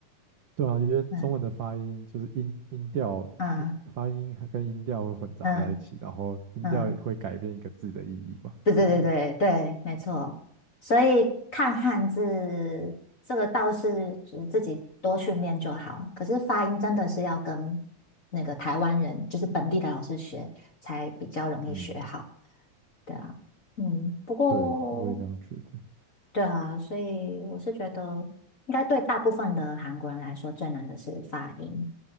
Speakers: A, on the right (about 65°); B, on the left (about 35°).
A: 对啊，因为中文的发音就是音音调音发音还跟音调会混杂在一起，
B: 嗯嗯嗯
A: 然后音调会改变一个字的意义嘛，
B: 嗯，对对对对对，
A: 对不对？
B: 没错。所以看汉字这个倒是就是自己多训练就好，可是发音真的是要跟那个台湾人，就是本地的老师学，才比较容易学好。
A: 嗯，
B: 对啊，嗯，不过。
A: 对，我也这样觉得。
B: 对啊，所以我是觉得，应该对大部分的韩国人来说，最难的是发音。